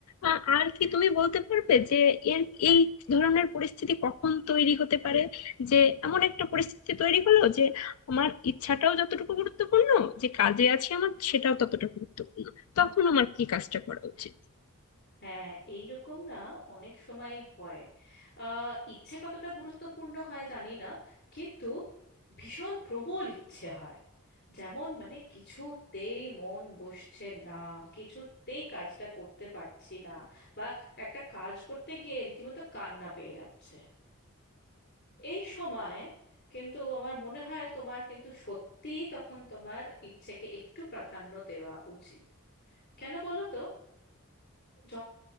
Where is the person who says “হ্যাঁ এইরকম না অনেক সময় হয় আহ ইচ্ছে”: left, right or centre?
Left